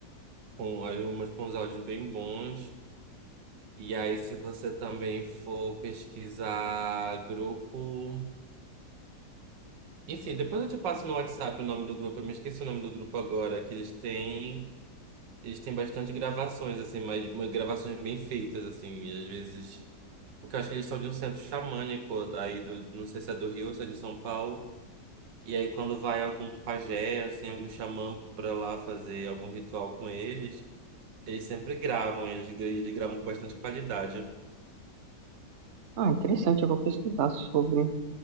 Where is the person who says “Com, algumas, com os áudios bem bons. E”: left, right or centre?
Right